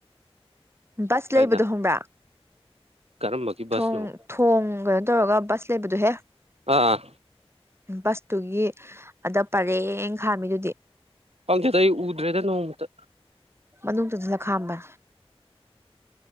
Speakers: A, on the right; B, on the right.
A: ꯕꯁ
B: ꯀꯥꯏꯗ
A: ꯂꯩꯕꯗꯣ ꯈꯪꯡꯕ꯭ꯔꯥ
B: ꯀꯔꯝꯕꯒꯤ ꯕꯁꯅꯣ
A: ꯊꯣꯡ ꯀꯩꯅꯣ ꯇꯧꯔꯒ ꯕꯁ ꯂꯩꯕꯗꯣꯍꯦ
B: ꯑꯥ
A: ꯕꯁꯇꯨꯒꯤ ꯑꯗ ꯄꯔꯦꯡ ꯈꯥꯝꯃꯤꯗꯨꯗꯤ
B: ꯄꯪꯈꯗ ꯑꯩ ꯎꯗ꯭ꯔꯦꯗ ꯅꯣꯡꯃꯨꯛꯇ
A: ꯃꯅꯨꯡꯗꯁꯤꯅ ꯈꯥꯝꯕ